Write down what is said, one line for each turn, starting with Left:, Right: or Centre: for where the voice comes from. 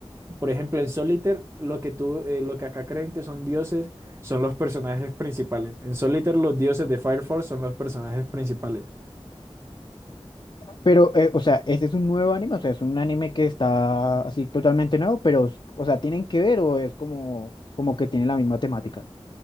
Right: por ejemplo, en Solitaire, lo que tú, eh, lo que acá creen que son dioses son los personajes principales. En Solitaire, los dioses de Fire Force son los personajes principales.
Left: Pero, eh, o sea, ese es un nuevo anime, o sea, es un anime que está así totalmente nuevo, pero, o sea, ¿tienen que ver o es como, como que tiene la misma temática?